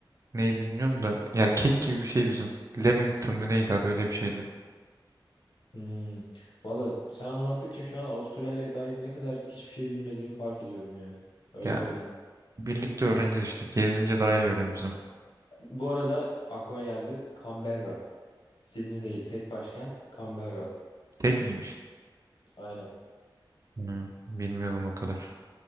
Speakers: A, on the right; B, on the left.
A: neydi bilmiyorum da ya kek gibi bir şey bizim. Lemington mı neydi adı öyle bir şeydi.
B: Hmm. Valla sen anlattıkça şu an Avustralya'ya dair ne kadar hiçbir şey bilmediğimi fark ediyorum ya. Öyle
A: Ya
B: söyleyeyim.
A: birlikte öğreneceğiz işte gezince daha iyi öğreniriz. Ama.
B: Bu arada aklıma geldi Canberra. Sydney değil tek başkent Canberra.
A: Tek miymiş?
B: Aynen.
A: Hı, bilmiyordum o kadar.